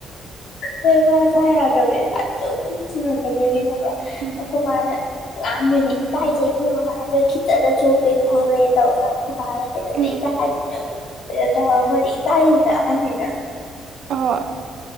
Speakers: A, on the left; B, on the right.
A: ꯍꯣꯏ ꯃꯥ ꯆꯥ ꯌꯥꯗꯕꯅꯤ ꯑꯗꯨꯝ ꯄꯨꯔꯛꯀꯗꯣꯏꯅꯤ ꯈꯪꯕ꯭ꯔꯥ
B: ꯎꯝ
A: ꯑꯩꯈꯣꯏ ꯃꯥꯅ ꯉꯥꯡꯗꯣꯏꯅꯦ ꯏꯀꯥꯏꯖꯩ ꯃꯤ ꯃꯃꯥꯡꯗ ꯈꯤꯇꯗ ꯆꯣꯞꯄꯦ ꯈꯣꯠꯂꯦ ꯇꯧꯔ ꯦꯩ <unintelligible> ꯀꯩꯗꯧꯕꯩ
B: ꯎꯝ
A: ꯏꯀꯥꯏꯗꯣꯏꯅꯣ ꯑꯗꯨꯇꯧꯗꯣꯏꯅꯣ ꯇꯧꯔ <unintelligible> ꯃꯣꯏꯗꯤ ꯏꯀꯥꯏꯔꯤꯕ ꯑꯍꯟꯅꯤꯅ
B: ꯍꯣꯏ